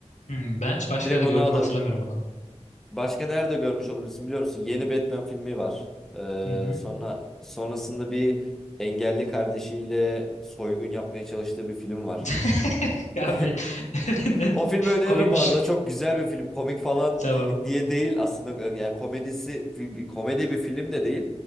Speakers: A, on the left; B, in the centre.
A: Hmm, ben hiç başka
B: Direkt
A: yerde
B: onu
A: gördüm
B: alırım.
A: hatırlamıyorum onu.
B: Başka nerede görmüş olabilirsin biliyor musun? Yeni Batman filmi var. Ee,
A: Hı hı.
B: sonra sonrasında bir engelli kardeşiyle soygun yapmaya çalıştığı bir film var.
A: <laughs> Ya
B: <laughs>
A: Abi <laughs> ne
B: O filmi öneririm
A: komikmiş.
B: bu arada. Çok güzel bir film. Komik falan
A: Tamam.
B: <laughs> niye değil aslında. Yani komedisi fi- bir- komedi bir film de değil.